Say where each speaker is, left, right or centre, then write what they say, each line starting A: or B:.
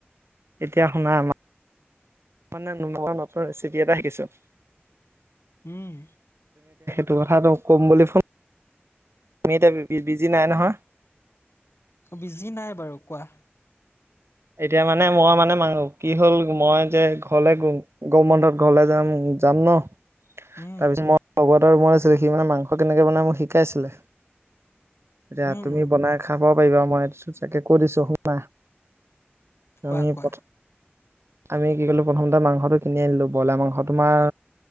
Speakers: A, on the right; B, on the left.
A: এতিয়া শুনা আমা মানে নোৱাৰা নতুন ৰেচিপি এটা শিকিছোঁ।
B: উম।
A: তোৰ কথাটো ক'ম বুলি ফোন, আমি এতিয়া বি বিজি নাই নহয়।
B: বিজি নাই বাৰু কোৱা।
A: এতিয়া মানে মই মানে মাঙ কি হ'ল মই যে ঘৰলে গৰম বন্ধত ঘৰলে যাম। যাম নহ? তাৰপিছত
B: উম
A: মই লগৰ এটাৰ বনাইছি সি মানে মাংস কেনেকে বনাই মোক শিকাইছিলে। এতিয়া
B: উম
A: তুমি
B: উম
A: বনাই খাব পাৰিবা, মই চি-চাকে কৈ দিছো শুনাহ।
B: কোৱা
A: মি
B: কোৱা
A: পথ আমি কি কলো প্ৰথমতে মাংসটো কিনি আনিলো, বইলাৰ মাংস তোমাৰ